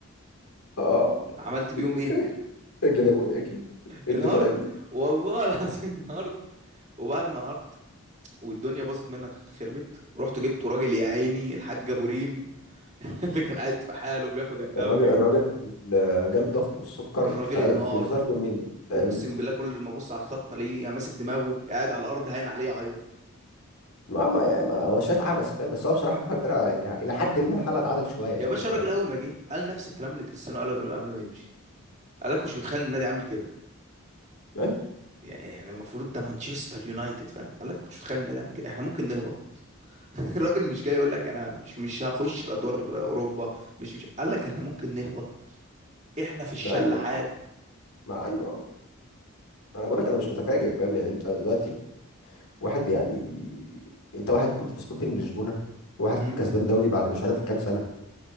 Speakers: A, on the left (about 85°); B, on the right (about 30°).
A: اه
B: عملت بيهم ايه
A: اوكي اجلد يا ابويا اجلد اجلد
B: انهارت
A: ولا
B: والله العظيم <laughs> انهارت وبعد ما انهارت والدنيا باظت منها خربت رحت جبت راجل يا عيني الحاج ابو ريم <laughs> اللي كان قاعد في حاله بياخد الدوري
A: الراجل الراجل جاله الضغط والسكر
B: الراجل
A: في
B: انهار
A: في ظرف يومين فاهم
B: اقسم بالله كل ما ابص على الخط الاقيه يا ماسك دماغه يا قاعد على الارض هاين عليه يعيط
A: ما ما يعني ما هو شايف عبث فاهم بس هو بصراحة الفرقة يعني إلى حد ما حالها اتعدل شوية يعني
B: يا باشا
A: فاهم
B: الراجل اول ما جه قال نفس الكلام اللي كريستيانو قاله قبل قبل ما يمشي قال لك مش متخيل النادي عامل كده
A: أيوة
B: يعني المفروض ده مانشستر يونايتد فاهم قال لك كنتش متخيل النادي عامل كده احنا ممكن نهبط <laughs> الراجل مش جاي يقول لك انا مش مش هخش الادوار اوروبا مش مش قال لك احنا ممكن نهبط احنا في الشلاحات
A: ما أيوة ما أيوة أنا بقول لك أنا مش متفاجئ فاهم يعني أنت دلوقتي واحد يعني أنت واحد كنت في سبورتنج لشبونة واحد
B: مم.
A: كسبان دوري بعد مش عارف كام سنة